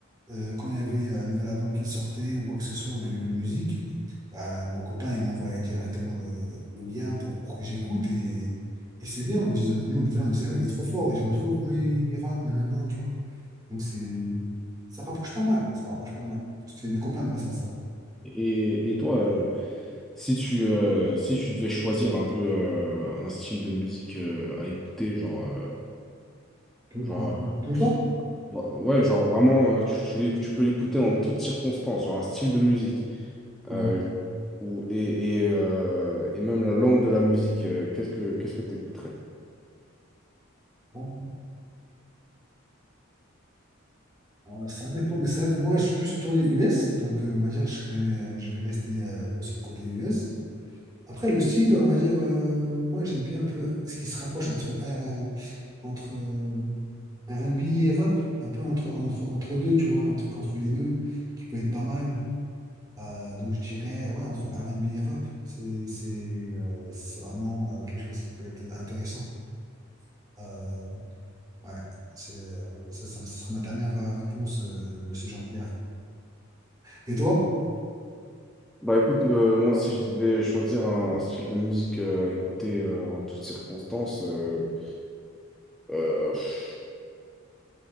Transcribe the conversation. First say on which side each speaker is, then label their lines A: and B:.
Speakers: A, on the right; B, in the centre.
A: euh, quand il y avait un nouvel album qui sortait ou quoi que ce soit, ou des nouvelles musiques, bah, mon copain, il m'envoyait directement le, le lien pour, pour que j'écoute. Et, et c'est bien, on disait, nous, on était là, on disait, Ah, il est trop fort, et j'aime trop comment il rappe, nanana, tu vois. Donc, c'est, ça rapproche pas mal, ça rapproche pas mal. Tu te fais des copains grâce à ça.
B: Et, et toi, euh, si tu, euh, si tu devais choisir un peu euh, un style de musique euh, à écouter, genre, euh,
A: Tout,
B: genre,
A: quoi, tout, tout le temps?
B: euh, ouais, genre vraiment, euh, tu, tu l'éc- tu peux l'écouter en toutes circonstances, genre un style de musique,
A: Ouais.
B: euh, ou, et, et, euh, et même la langue de la musique, euh, qu'est-ce que, qu'est-ce que tu écouterais?
A: Euh, Alors, ça dépend, mais c'est vrai que moi, je suis plus tourné US, donc euh, on va dire que je, serai, euh, je vais rester euh, sur le côté US. Après, le style, on va dire, euh, moi, j'aime bien un peu ce qui se rapproche entre, euh, euh, entre euh, R&B et rap, un peu entre, entre, entre deux, tu vois, un truc entre les deux qui peut être pas mal. Euh, donc, je dirais, ouais, entre R&B et rap, c'est c'est, euh, c'est vraiment euh, quelque chose qui peut être intéressant. Euh, ouais, c'est, euh, ça, ça- ça sera ma dernière euh, réponse, euh, Monsieur Jean-Pierre. Et toi?
B: Bah écoute, euh, moi si je devais choisir un, un style de musique euh, à écouter euh, en toutes circonstances, euh, euh, pff,